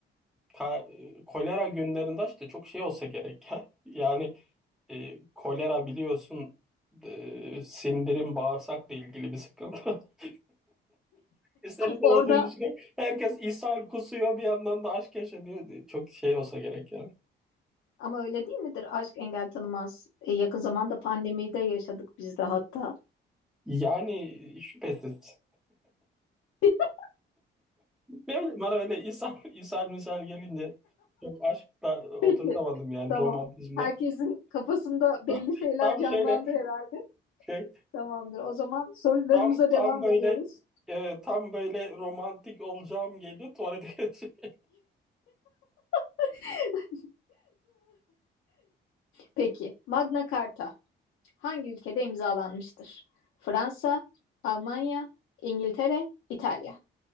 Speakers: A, in the centre; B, on the left.
A: Ka- e, kolera günlerinde işte çok şey olsa gerek ya. Yani e, kolera biliyorsun e, sindirim bağırsakla ilgili bir sıkıntı. <laughs> İster istemez
B: Orada
A: bunu düşünün. Herkes ishal kusuyor bir yandan da aşk yaşanıyor. E, Çok şey olsa gerek ya.
B: ama öyle değil midir? Aşk engel tanımaz. E, yakın zamanda pandemide yaşadık biz de hatta.
A: Yani şüphesiz.
B: <laughs>
A: Ne bileyim bana öyle ishal, <laughs> ishal misal gelince çok aşkla oturtamadım
B: Peki.
A: yani
B: Tamam.
A: romantizmle.
B: Herkesin kafasında belli
A: <laughs>
B: şeyler
A: Tam
B: canlandı
A: şöyle
B: herhalde.
A: şey
B: Tamamdır. O zaman sorularımıza
A: Tam
B: devam
A: tam böyle
B: ediyoruz.
A: e, tam böyle romantik olacağım geliyor. Tuvalete gideceğim.
B: <laughs> Peki. Magna Carta hangi ülkede imzalanmıştır? Fransa, Almanya, İngiltere, İtalya.